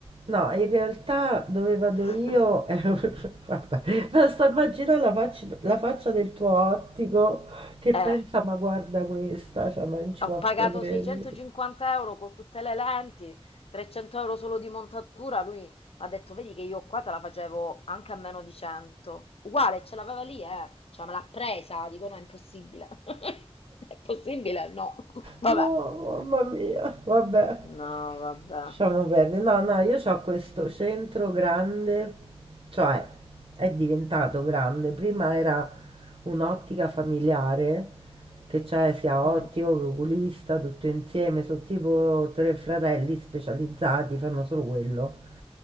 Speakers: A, on the right (about 65°); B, on the left (about 70°).
A: No, in realtà dove vado
B: <laughs>
A: io, eh, <laughs> vabbè, basta immaginare la faccia, la faccia del tuo ottico che pensa,
B: Eh.
A: ma guarda questa, cioè, ma non ci posso
B: Ho pagato
A: credere.
B: 650 euro con tutte le lenti, 300 euro solo di montatura. Lui ha detto: Vedi che io qua te la facevo anche a meno di 100. Uguale, ce l'aveva lì, eh. Cioè, me l'ha presa. Dico: No, è impossibile. <laughs> È possibile? No. <laughs> Vabbè.
A: No, mamma mia, vabbè,
B: No, vabbè.
A: lasciamo perdere. No, no, io ho questo centro grande, cioè è diventato grande. Prima era un'ottica familiare, che c'è sia ottico
B: Mm.
A: che oculista, tutto insieme, sono tipo tre fratelli specializzati, fanno solo quello.